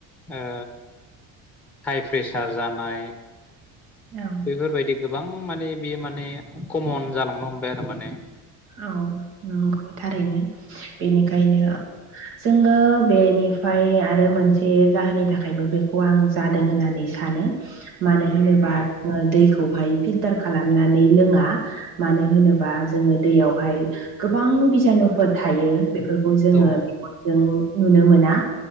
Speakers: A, in the centre; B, on the right.
A: ओ हाइप्रेसार जानाय
B: औ।
A: बेफोरबायदि गोबां माने बियो माने कमन जालांनो हमबाय आरो माने।
B: औ नोंखौ थारैनो। बेनिखायनो औ जोङो बेनिफ्राय आरो मोनसे जाहोननि थाखायबो बेखौ आं जादों होननानै सानो मानो होनोबा दैखौहाय फिलटार खालामनानै लोङा मानो होनोबा जोङो दैयावहाय गोबां बिजानुफोर थायो बेफोरखौ जोङो।
A: औ
B: जों नुनो मोना।